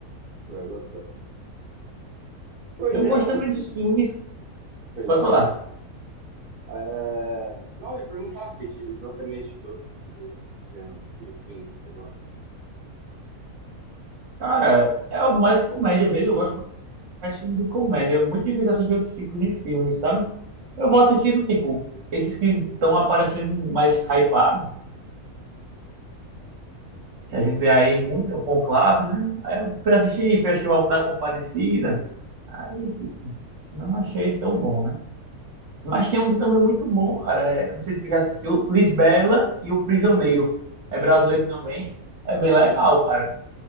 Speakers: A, on the right; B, on the right.
A: Tu vai gostar. Os
B: Eu
A: gêneros,
B: gosto também dos filmes.
A: perdão.
B: Pode falar.
A: É, Não, eu ia perguntar que, ti- exatamente que outro tipo de tema de filme que você gosta.
B: Cara, é o mais comédia mesmo. Eu gosto mais de filme de comédia. É muito difícil assistir outros tipos de filmes, sabe? Eu vou assistindo, tipo, esses que estão aparecendo mais hypados. que a gente vê aí muito, né, o Conclave, né? Aí eu fui assistir, fui o álbum da Compadecida, aí tipo, não achei tão bom, né? Mas tem um também muito bom, cara, é, não sei se tu já assistiu, Lisbela e o Prisioneiro, é brasileiro também, é bem
A: Ah,
B: legal,
A: é?
B: cara,